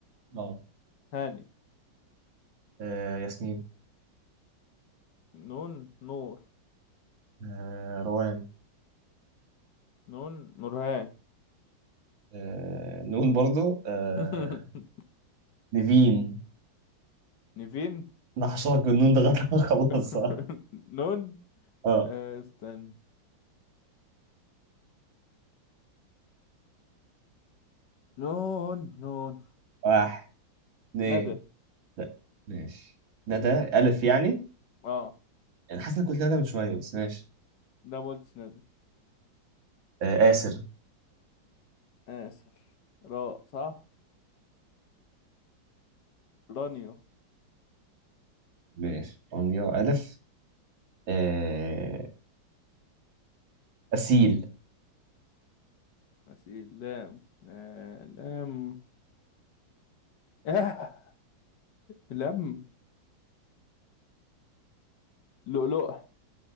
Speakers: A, on the right; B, on the left.
A: أه
B: هاني
A: آه، ياسمين
B: نون نور
A: آه، روان
B: نون نورهان
A: آه، نون برضو آه،
B: <laughs>
A: نيفين
B: نيفين
A: أنا هشرك بالنون ده لغاية ما أخلصها
B: <laughs> نون
A: <laughs> أه
B: آه، استنى نون نون
A: واحد اتنين
B: ندى
A: لا ماشي ندى ألف يعني
B: اه
A: يعني حاسس انك قلت ده من شويه بس ماشي
B: ده ما قلتش ندى
A: آه آسر
B: آسف راء صح رانيو
A: ماشي انيا الف آه أسيل
B: غسيل لام آه لام آه لم لؤلؤ